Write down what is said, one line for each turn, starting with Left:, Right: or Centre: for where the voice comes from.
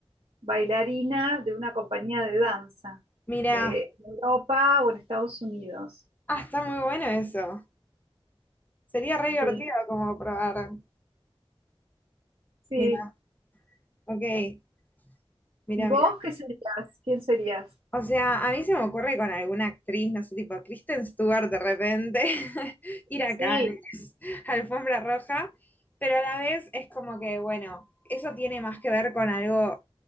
Right: bailarina de una compañía de danza
Left: Mira,
Right: de Europa o en Estados Unidos.
Left: ah, está muy bueno eso. Sería re divertido
Right: Sí,
Left: como probar.
Right: sí.
Left: Mira, ok, mira, mira.
Right: ¿Y vos qué serías? ¿Quién serías?
Left: O sea, a mí se me ocurre con alguna actriz, no sé, tipo Kristen Stewart de repente, <laughs> ir a
Right: Sí,
Left: Cannes, <laughs> alfombra roja, pero a la vez es como que, bueno, eso tiene más que ver con algo,